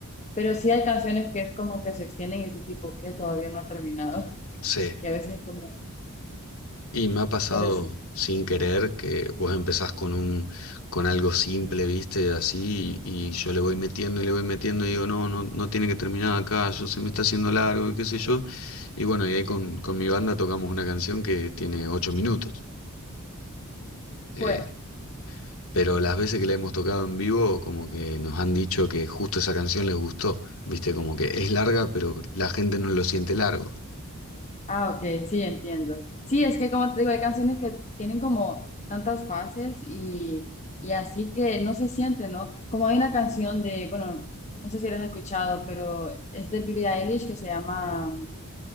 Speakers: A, on the left; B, on the left.
A: Pero sí hay canciones que es como que se extienden y tú tipo que todavía no ha terminado.
B: Sí.
A: Y a veces es como,
B: Y me ha pasado
A: pero sí.
B: sin querer que vos empezás con un, con algo simple, viste, así, y, y yo le voy metiendo y le voy metiendo y digo, no, no, no tiene que terminar acá, yo se me está haciendo largo y qué sé yo. Y bueno, y ahí con, con mi banda tocamos una canción que tiene ocho minutos. Eh,
A: Pues,
B: pero las veces que la hemos tocado en vivo, como que nos han dicho que justo esa canción les gustó, viste, como que es larga, pero la gente no lo siente largo.
A: Ah, ok, sí, entiendo. Sí, es que como te digo, hay canciones que tienen como tantas fases y, y así que no se siente, ¿no? Como hay una canción de, bueno, no sé si la has escuchado, pero es de Billie Eilish que se llama